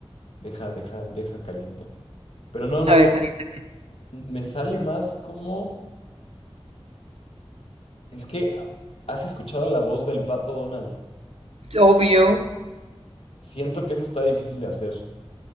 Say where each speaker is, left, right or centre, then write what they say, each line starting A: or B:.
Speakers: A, on the left (about 80°); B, on the right (about 75°).
A: deja, deja, deja caliento. Pero no, no,
B: A ver,
A: no.
B: calienta.
A: Me sale más como. Es que ah, has escuchado la voz del pato Donald.
B: Obvio.
A: Siento que eso está difícil de hacer.